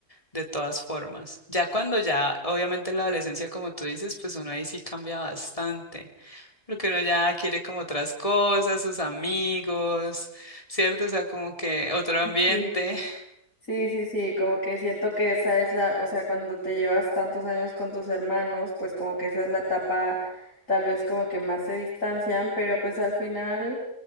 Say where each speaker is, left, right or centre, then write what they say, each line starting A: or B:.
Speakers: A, on the left (about 20°); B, on the left (about 55°).
A: de todas formas. Ya cuando ya, obviamente en la adolescencia, como tú dices, pues uno ahí sí cambia bastante. Porque uno ya quiere como otras cosas, sus amigos, ¿cierto? O sea, como que otro ambiente
B: Sí.
A: <laughs>
B: Sí, sí, sí, como que siento que esa es la, o sea, cuando te llevas tantos años con tus hermanos, pues como que esa es la etapa, tal vez como que más se distancian, pero pues al final,